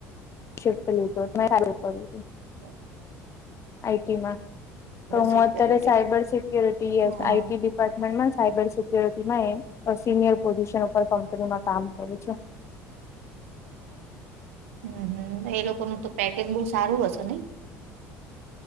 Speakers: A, on the left (about 40°); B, on the right (about 85°).
A: શિફ્ટ લીધો પડ <unintelligible>
B: હમ.
A: આઈટીમાં તો,
B: સિક્યોરિટી
A: હું અત્યારે સાયબર સિક્યોરિટી
B: હા
A: આઈ ડિપાર્ટમેન્ટમાં સાયબર સિક્યોરિટીમાં સિનિયર પોઝિશન ઉપર કંપનીમાં કામ કરું છું.
B: હમ, હમ, એ લોકોનું તો પેકેજ બહુ સારું હશે ને?